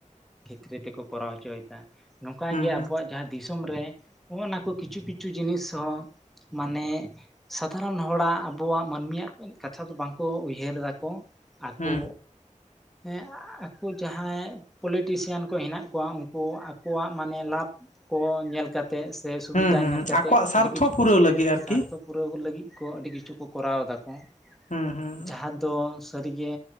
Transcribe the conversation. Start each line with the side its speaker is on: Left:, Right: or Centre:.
Centre: ᱯᱷᱨᱤ ᱛᱮᱠᱚ ᱠᱚᱨᱟᱣ ᱦᱚᱪᱚᱭᱮᱫᱟ ᱱᱚᱝᱠᱟ
Left: ᱦᱮᱸ
Centre: ᱜᱮ
Left: ᱦᱮᱸ
Centre: ᱟᱵᱚᱣᱟᱜ ᱡᱟᱦᱟᱸ ᱫᱤᱥᱚᱢ ᱨᱮ ᱱᱚᱜ-ᱱᱚᱣᱟ ᱠᱚ ᱠᱤᱪᱷᱩ ᱠᱤᱪᱷᱩ ᱡᱤᱱᱤᱥ ᱦᱚᱸ ᱾ ᱢᱟᱱᱮ ᱥᱟᱫᱷᱟᱨᱚᱱ ᱦᱚᱲᱟᱜ ᱟᱵ ᱟᱵᱚᱣᱟᱜ ᱢᱟᱹᱱᱢᱤᱭᱟᱜ ᱠᱟᱛᱷᱟ ᱫᱚ ᱵᱟᱝᱠᱚ ᱩᱭᱦᱟᱹᱨ ᱮᱫᱟ ᱠᱚ ᱟᱠᱚ
Left: ᱦᱮᱸ
Centre: ᱦᱮᱸ ᱟᱠᱚ ᱡᱟᱦᱟᱸᱭ ᱯᱚᱞᱤᱴᱤᱥᱤᱭᱟᱱ ᱠᱚ ᱦᱮᱱᱟᱜ ᱠᱚᱣᱟ ᱾ ᱩᱱᱠᱩ ᱟᱠᱚᱣᱟᱜ ᱢᱟᱱᱮ ᱞᱟᱵᱷ ᱠᱚ ᱧᱮᱞ ᱠᱟᱛᱮ ᱛᱮᱜ ᱥᱮ ᱥᱩᱵᱤᱫᱟ
Left: ᱦᱩᱸ ᱦᱩᱸ
Centre: ᱧᱮᱞ ᱠᱟᱛᱮ
Left: ᱟᱠᱚᱣᱟᱜ ᱥᱟᱨᱛᱷᱚ
Centre: ᱟᱹᱰᱤ ᱠᱤᱪᱷᱩ
Left: ᱯᱩᱨᱟᱹᱣ
Centre: ᱠᱚ
Left: ᱞᱟᱹᱜᱤᱫ ᱟᱨᱠᱤ
Centre: ᱥᱟᱨᱛᱷᱚᱯ ᱛᱮ ᱯᱩᱨᱟᱹᱣ ᱞᱟᱹᱜᱤᱫ ᱠᱚ ᱟᱹᱰᱤ ᱠᱤᱪᱷᱩ ᱠᱚ ᱠᱚᱨᱟᱣ ᱮᱫᱟ ᱠᱚ ᱾
Left: ᱦᱩᱸ ᱦᱩᱸ
Centre: ᱡᱟᱦᱟᱸ ᱫᱚ ᱥᱟᱹᱨᱤᱜᱮ